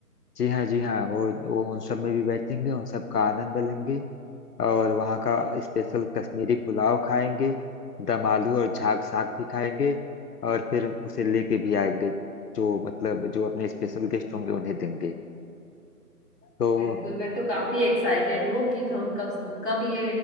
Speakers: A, on the left; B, in the centre.
A: जी हाँ जी हाँ वो वो उन सब में भी बैठेंगे उन सब का आनंद लेंगे और वहाँ का स्पेशल कश्मीरी पुलाव खाएंगे दम आलू और झाग साग भी खाएंगे और फिर उसे लेके भी आएंगे जो मतलब जो अपने स्पेशल गेस्ट होंगे उन्हें देंगे तो
B: बिल्कुल मैं तो काफी एक्साइटेड हूँ कि हम कब कब ये